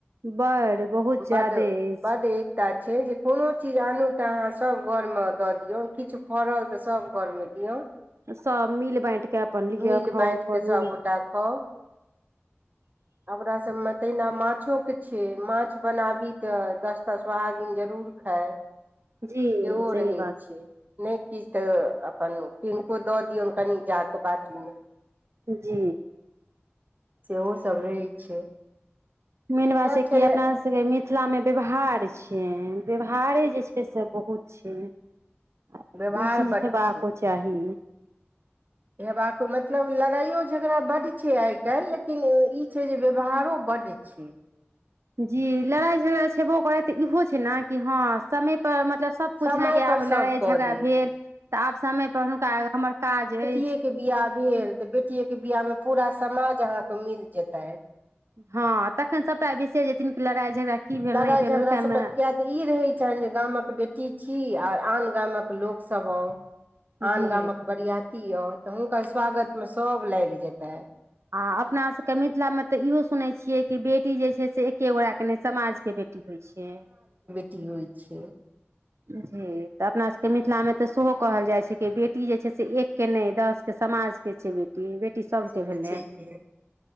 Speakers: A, on the right; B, on the right.
A: बड़ बहुत ज्यादे
B: बड़
A: अछि
B: बड़ एकता छै जे कोनो चीज आनू तऽ अहाँ सब घरमे दऽ दियऔ किछु फड़ल तऽ सब घरमे दियौन
A: सब मिल बाँटि के अपन लिअ
B: मिल
A: खाउ
B: बाइट
A: करू
B: क सब गोटा खाँउ अपना सब मे तहिना माँ माछोके छै माछ बनाबी तऽ दसटा सोहागीन जरूर खाइ सेहो
A: जी सही
B: रहै
A: बात
B: छै नहि किछु तऽ अपन किनको दऽ दियौन कनि जा क बाटीमे
A: जी
B: सेहो सभ रहै छै
A: मेन
B: किया
A: बात छै
B: खेनाइ
A: की अपना सबके मिथिला मे व्यवहार छिय व्यवहारे जे छै से बहुत छै आ
B: व्यवहार
A: ई चीज
B: बड्ड
A: हेबाके
B: छै
A: चाही
B: हेबाक मतलब लड़ाइयो झगड़ा बड्ड छै आइ काल्हि लेकिन ई छै जे व्यवहारो बड़ छी
A: जी लड़ाइ झगड़ा छेबो करै तऽ इहो छै ने कि हँ समय पर मतलब सब कुछ
B: समय
A: जे के आब
B: पर सब
A: लड़ाई झगड़ा
B: कऽ देत
A: भेल तऽ आब समय पर हुनका हमर काज अछि।
B: बटीये के बियाह भेल ते बेटीे के बियाह में पूरा समाज अहा के मिल जेतइन
A: हँ तखन सभटा बिसैर जेथिन लड़ाइ झगड़ा की भेल
B: लड़ाइ
A: नहि भेल
B: झगड़ा
A: ओहि टाइममे
B: सभके किए तऽ ई रहैत छनि जे गामक बेटी छी आर आन गामक लोक सब आ
A: जी
B: आन गामक बरियाती ती आउर तऽ हुनकर स्वागत मे सब लागि जेतै
A: आ अपनासभके मिथिलामे तऽ इहो सुनैत छियै कि बेटी जे छै से एक्े गोटाक के नहि समाजके बेटी होइ छै
B: टी होइ छै।
A: जी तऽ अपना सभके मिथिलामे तऽ सेहो कहल जाइत छै कि बेटी जे छै से एकके नहि दसके समाज के छै बेटी बेटी बेटी सभके
B: से तऽ
A: भेलै
B: छैहे